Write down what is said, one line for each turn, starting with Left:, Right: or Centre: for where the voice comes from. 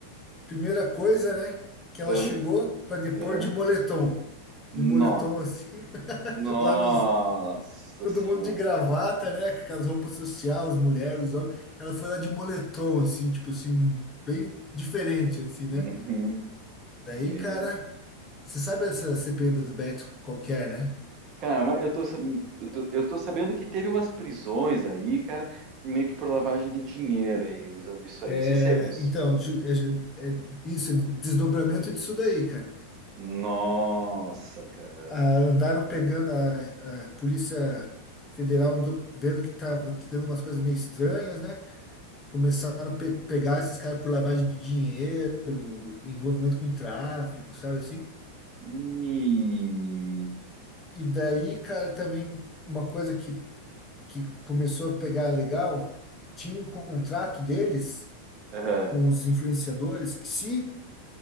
Left: Primeira coisa, né, que ela
Right: Aham,
Left: chegou para depor
Right: aham.
Left: de moletom.
Right: No-
Left: De moletom assim,
Right: Nossa
Left: <laughs> lá no Todo
Right: senhora.
Left: mundo de gravata, né? Com aquelas roupas social, as mulheres, os homens. Ela foi lá de moletom, assim, tipo assim, um- bem diferente, assim, né?
Right: Uhum.
Left: Daí,
Right: Me-
Left: cara, você sabe essa CPI das Bets qualquer, né?
Right: Cara, mas eu tô, sab- eu tô, eu tô sabendo que teve umas prisões aí, cara, meio que por lavagem de dinheiro aí, usando isso aí. Não
Left: É,
Right: sei se é isso.
Left: então, ju- é, ju- é isso, é desdobramento disso daí, cara.
Right: Nossa, cara.
Left: Ah, andaram pegando a, a Polícia Federal, andou vendo que tava tendo umas coisas meio estranhas, né? Começaram a pe pegar esses caras por lavagem de dinheiro, envolvimento com tráfico, sabe assim?
Right: E.
Left: E daí, cara, também uma coisa que, que começou a pegar legal, tinha um contrato deles
Right: Aham,
Left: com os influenciadores que se